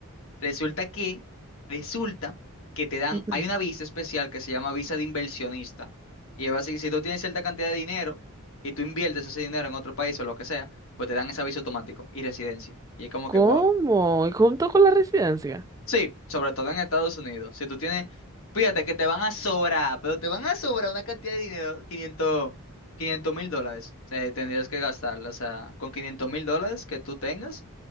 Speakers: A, on the left (about 65°); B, on the right (about 15°).
A: resulta que, resulta que te dan,
B: Ujú.
A: hay una visa especial que se llama visa de inversionista. Y es así, si tú tienes cierta cantidad de dinero y tú inviertes ese dinero en otro país o lo que sea, pues te dan esa visa automático y residencia. Y es como
B: ¿Cómo?
A: que, wow.
B: ¿Y junto con la residencia?
A: Sí, sobre todo en Estados Unidos. Si tú tienes, fíjate que te van a sobrar, pero te van a sobrar una cantidad de dinero, quinientos quinientos mil dólares. O sea, tendrías que gastarlo. O sea, con quinientos mil dólares que tú tengas,